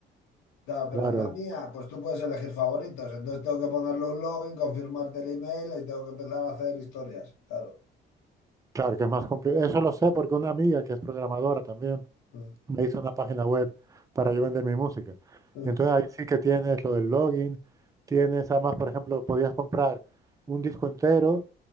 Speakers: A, on the left; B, on the right.
A: Claro,
B: claro,
A: pero en la mía, pues tú puedes elegir favoritos. Entonces tengo que ponerle un login, confirmarte el email y tengo que empezar a hacer historias. Claro.
B: claro que es más complicado. Eso lo sé porque una amiga que es programadora también
A: Mm,
B: me hice una página web para yo vender mi música.
A: mm,
B: Y entonces ahí sí que tienes lo del login, tienes además, por ejemplo, podías comprar un disco entero